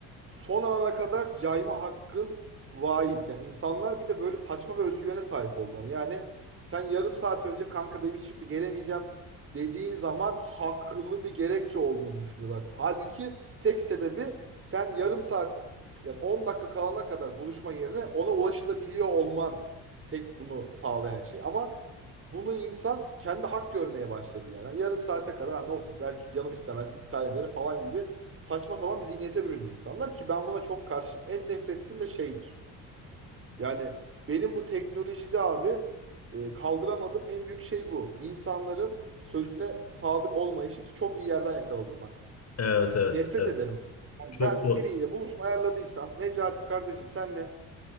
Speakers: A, on the right; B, on the left.
A: son ana kadar cayma hakkın vaiz. Yani insanlar bir de böyle saçma ve özgüvene sahip oldular. Yani sen yarım saat önce kanka benim hiç çıktı gelemeyeceğim dediğin zaman haklı bir gerekçe olduğunu düşünüyorlar. Halbuki tek sebebi sen yarım saat yani 10 dakika kalana kadar buluşma yerine ona ulaşılabiliyor olman tek bunu sağlayan şey. Ama bunu insan kendi hak görmeye başladı yani. Yarım saate kadar "Ha, ne olsun belki canım istemez iptal ederim falan gibi saçma sapan bir zihniyete büründü insanlar ki ben buna çok karşıyım. En nefret ettiğim de şeydir. Yani benim bu teknolojide abi e, kaldıramadığım en büyük şey bu. İnsanların sözüne sadık olmayışı ki çok iyi yerden yakaladım bak.
B: Evet evet
A: Nefret
B: evet.
A: ederim. Yani
B: Çok
A: ben
B: doğru.
A: biriyle buluşma ayarladıysam Necati kardeşim senle